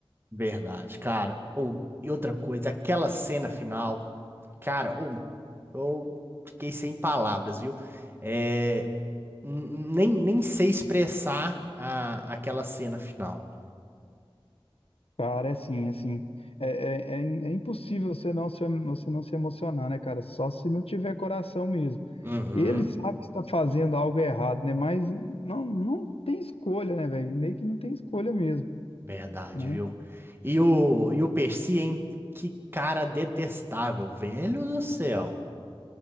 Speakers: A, on the right; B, on the left.
A: Verdade, cara. Ou, e outra coisa, aquela cena final, cara, ou, eu fiquei sem palavras, viu? É, n- n- nem, nem sei expressar a, aquela cena final.
B: Cara, é assim, assim, é, é, é im- é impossível você não se, você não se emocionar, né, cara? Só se não tiver coração mesmo.
A: Uhum,
B: Ele sabe que está fazendo algo errado, né? Mas não, não tem escolha, né, velho? Meio que não tem escolha mesmo,
A: verdade,
B: né?
A: viu? E o, e o Percy, hein? Que cara detestável, velho do céu.